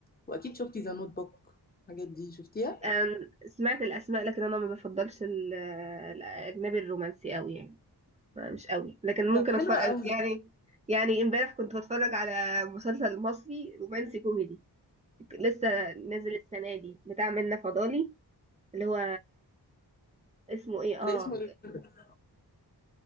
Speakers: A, on the left (about 25°); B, on the right (about 20°).
A: واكيد شفتي ذا نوت بوك الحاجات دي شفتيها
B: أنا سمعت الاسماء لكن انا ما بفضلش ال- الاجنبي الرومانسي قوي يعني ما- مش قوي لكن ممكن
A: ده حلوة
B: اتفرج
A: قوي
B: يعني يعني امبارح كنت بتفرج على مسلسل مصري رومانسي كوميدي لسه نازل السنة دي بتاع منة فضالي اللي هو اسمه ايه اه
A: ده اسمه إيه ده؟